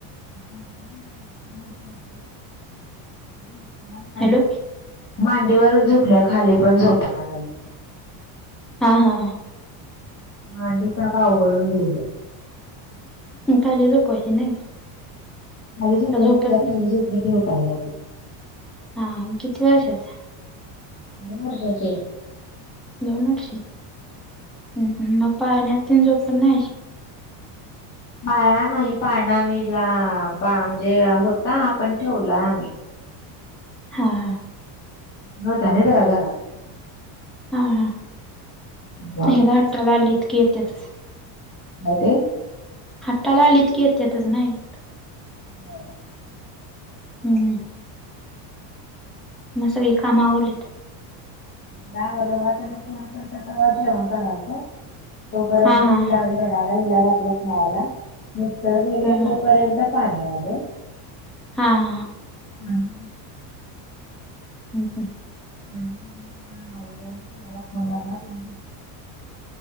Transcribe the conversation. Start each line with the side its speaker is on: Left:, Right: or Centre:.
Left: ह मज <inaudible> ह <inaudible>
Centre: हॅलो
Left: मांडीवरच झोपल्या खाली पण झोपना झाली
Centre: हां हां हां
Left: मांडी प का अवघडुन गेल्या
Centre: खाली झोपायची नाही का
Left: खाली झोपल्या
Centre: झोपत नाही
Left: खाली झोपली की उठायला लागली
Centre: हां हां कती वर्षाचा आहे
Left: दोन वर्षांची आहे
Centre: दोन वर्षाची मग पाळण्यात तेन झोपत नाही अशी
Left: पाळला नाही पाळणा मी हिला बा म्हणजे होता पण ठेवला आम्ही
Centre: हां हां
Left: नव्हत्या नाही जरा घरात
Centre: हां हां
Left: काय
Centre: हे दठचाला <inaudible> आली इतकी येत्यात
Left: नव्हते
Centre: हाताला लिखित <inaudible> येतच नाही
Left: हं
Centre: हम्म मग सगळी काम आवरलेत
Left: आवरलं बघा आता मी त जेवण मग करायच तोपर्यंत
Centre: हा
Left: हिला
Centre: हा
Left: घातल खेळायला मिस्टर गेले
Centre: हा
Left: तोपर्यंत
Centre: हा
Left: पाणी आल
Centre: हां
Left: हं
Centre: हं हम्म्म
Left: म्हणव मला फोन लाला त <inaudible>